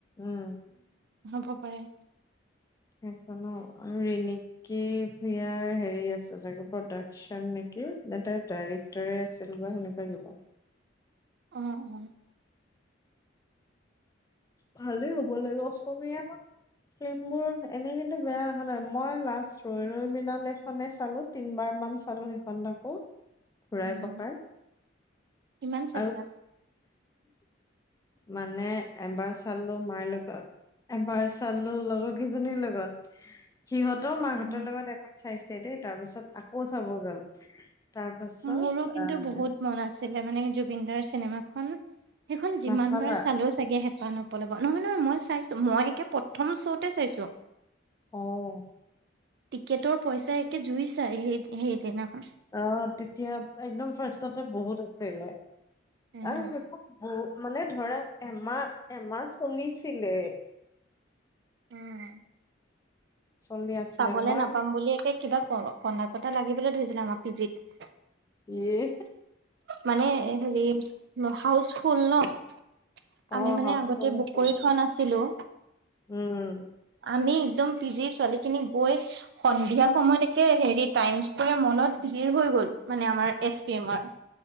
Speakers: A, on the left; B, on the right.
A: উম।
B: ক পাৰে।
A: সেইখন অ', ৰিণিকি ভূঞাৰ হেৰি আছে চাগে, প্ৰডাকচন নেকি ন তাই ডাইৰেক্টৰে আছিল বা সেনেকুৱা কিবা।
B: উম উম।
A: ভালে হব ব লাগিব অসমীয়া ফ্ৰেম বোৰ এনেকো বেয়া অহা নাই, মই লাষ্ট ৰৈ ৰৈ বিনালে খনে চালো, তিনবাৰ মান চালো সেইখন তাকো। ঘূৰাই পকাই,
B: উম কিমান চাইছা
A: আৰু মানে এবাৰ চালো মাৰ লগত, এবাৰ চালো লগৰ কেইজনীৰ লগত। সিহঁতও মাহঁতৰ
B: উম
A: লগত এবাক চাইছে দেই। তাৰ পিছত আকৌ চাব গ'ল। তাৰ পাছত
B: মোৰো কিন্তু
A: আহ
B: বহুত মন আছে ছিলে মানে, জুবিন দাৰ চিনেমাখন সেইখন
A: নাচালা
B: যিমান বাৰ চালেও চাগে হেঁপাহ নপলাব, নহয় নহয় মই চাই মই কে প্ৰথম শ্বতে চাইছো।
A: অহ।
B: টিকেটৰ পইচা একে জুই চাই সেই- সেইদিনাখন।
A: অ', তেতিয়া একদম ফাৰ্ষ্টতে বহুত আছিলে।
B: উম
A: আৰু সেইখন ব মানে ধৰা এমা- এমাহ চলিছিলে।
B: উম।
A: চলি আছিলে
B: চাবলে
A: মই
B: নাপাম বুলি একে কিবা ক কন্দা-কটা লাগিবলৈ ধৰিছিলে আমাৰ পি জিত।
A: য়ে
B: মানে হেৰি হাউচফুল ন'?
A: অ
B: আমি মানে
A: হস্পিটেল
B: আগতে
A: আছিলে
B: বুক কৰি থোৱা নাছিলোঁ।
A: উম
B: আমি একদম পি জিৰ ছোৱালীখিনি গৈ সন্ধিয়া সময়তকে হেৰি টাইম স্কোৱেৰ মলত ভিৰ হৈ গ'ল, মানে আমাৰ এইচ পি এমৰ।